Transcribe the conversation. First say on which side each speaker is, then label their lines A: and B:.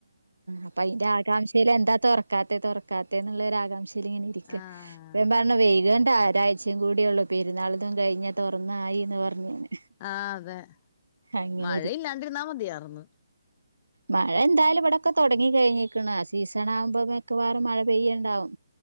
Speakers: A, on the right; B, on the left.
A: അപ്പയ്ന്റെ ആകാംക്ഷയിലെന്താ തൊർക്കാത്തെ തൊർക്കാത്തെന്ന്ള്ളൊരു ആകാംക്ഷയിലിങ്ങനെ ഇരിക്ക അപ്പൊ
B: ആഹ്
A: ഞാൻ പറ കാരണം വൈകേണ്ട ഒരാഴ്ച്ചയും കൂടിയുള്ളൂ പെരുന്നാളതും കഴിഞ് തൊർന്നായി ന്ന് പർഞ് ഞാന്
B: ആഹ് അതെ
A: അങ്ങനെ
B: മഴയില്ലാണ്ടിര്ന്നാ മതിയാർന്ന്
A: മഴെന്തായാലും ഇവടൊക്കെ തൊടങ്ങി കഴിഞ്ക്ക്‌ണ് ആഹ് സീസണാകുമ്പോ മിക്കവാറും മഴ പെയ്യ്ണ്ടാവും